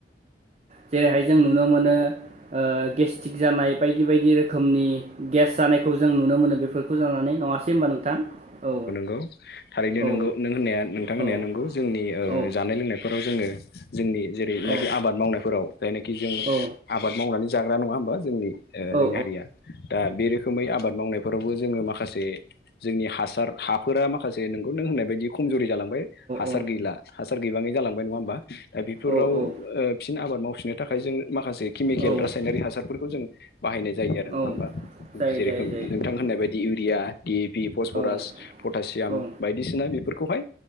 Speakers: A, on the right; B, on the left.
A: जैरैहाय जों नुनो मोनो नुनो मोनोओ गेसटिक जानाय बायदि बायदि रोखोमनि रोखोमनि गेस जानायखौ जों नुनो मोनो बेफोरखौ जानानै नङासै होनबा नोंथां औ
B: थारैनो
A: औ
B: नोंगौ नों होननाया नोंथां होननाया
A: औ
B: नोंगौ जोंनि
A: औ
B: जानाय लोंनायफोराव जोङो जोंनि जेरैनाखि
A: औ
B: आबाद मावनायफोराव जायनाखि जों
A: औ
B: आबाद मावनानै जाग्रा नङा होमबा जोंनि जोंनि
A: औ
B: हारिया दा बे रोखोमै आबाद मावनायफोरावबो जोङो माखासे जोंनि हासार हाफोरा माखासे नोंगौ नों होननाय बायदि खमजुरि जालांबाय हासार
A: औ
B: गैला हासार गैबाङै जालांबाय नङा हबा दा बेफोराव
A: औ
B: फिन आबाद माव फिनो थाखाय जों माखासे केमिकेल
A: औ
B: रासायनारि हासारफोरखौ जों बाहायनाय जायो आरो नङा
A: औ
B: होमबा
A: जायो
B: जेरेखमों
A: जायो जायो
B: बायदि इउरिया डिपि पसरास
A: औ
B: पटासियाम
A: औ
B: बायदिसिना बेफोरखौहाय